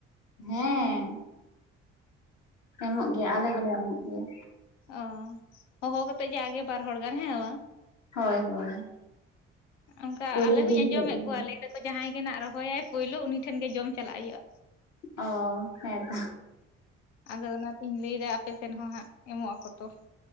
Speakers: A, on the left (about 60°); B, on the left (about 80°).
A: ᱦᱮᱸ ᱮᱢᱚᱜ ᱜᱮᱭᱟ ᱟᱞᱮ ᱦᱚᱸᱞᱮ ᱮᱢᱚᱜ ᱜᱮᱭᱟ
B: ᱚ, ᱦᱚᱦᱚ ᱠᱟᱛᱮᱜ ᱡᱟᱜᱮ ᱵᱟᱨ ᱦᱚᱲ ᱜᱟᱱ ᱦᱮᱸ ᱵᱟᱝ
A: ᱦᱳᱭ ᱦᱳᱭ
B: ᱚᱝᱠᱟ
A: ᱯᱳᱭᱞᱳ
B: ᱟᱞᱮ
A: ᱫᱤᱱ
B: ᱦᱚᱸᱧ ᱟᱸᱡᱚᱢᱮᱫ
A: ᱦᱤᱞᱳᱜ ᱫᱚ ᱦᱟᱸᱜ
B: ᱠᱚᱣᱟ ᱞᱟᱹᱭᱟᱫᱟᱠᱚ ᱡᱟᱦᱟᱸᱭ ᱜᱮ ᱱᱟᱜ ᱨᱚᱦᱚᱭᱟᱭ ᱯᱳᱭᱞᱳ ᱩᱱᱤ ᱴᱷᱮᱱᱜ ᱜᱮ ᱡᱚᱢ ᱪᱟᱞᱟᱜ ᱦᱩᱭᱩᱜᱼᱟ
A: ᱚ ᱦᱮᱸ ᱛᱚ
B: ᱟᱫᱚ ᱚᱱᱟᱛᱤᱧ ᱞᱟᱹᱭ ᱮᱫᱟ ᱟᱯᱮᱥᱮᱱ ᱦᱚᱸ ᱦᱟᱸᱜ ᱮᱢᱚᱜ-ᱟᱠᱚ ᱛᱚ